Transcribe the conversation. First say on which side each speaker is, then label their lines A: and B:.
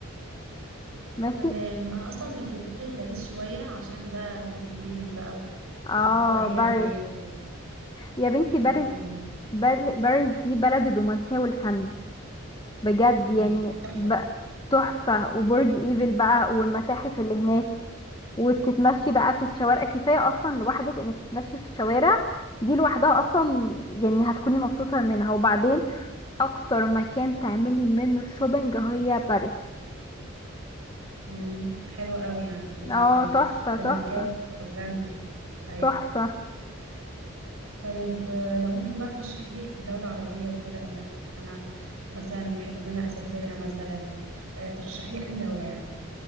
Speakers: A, on the left; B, on the right.
A: ماشي
B: تمام انا اصلا كان في دماغي باريس شويه عشان بقى برج ايفل بقى و-
A: اه
B: والكاتدرائيه
A: باريس
B: هناك و-
A: يا بنتي
B: كانت حلوه
A: باريس
B: قوي هناك
A: بل- باريس دي بلد الرومانسية والفن بجد
B: امم
A: يعني
B: تحفه
A: ب- تحفة وبرج ايفل بقى والمتاحف اللي هناك وتتمشي بقى في الشوارع كفاية أصلا لوحدك إنك تتمشي في الشوارع دي لوحدها أصلا يعني هتكوني مبسوطة منها وبعدين أكتر مكان تعملي منه شوبينج هي باريس
B: امم حلوه قوي يعني في ال...
A: اه
B: في ال...
A: تحفة
B: كماركات
A: تحفة
B: براند وكده ايوه
A: تحفة
B: طيب آه، لو ممكن بقى ترشحي لي دوله عربيه وكده انا انا مثلا احب ان انا اسافرها مثلا آه، ترشحي لي انهي دوله يعني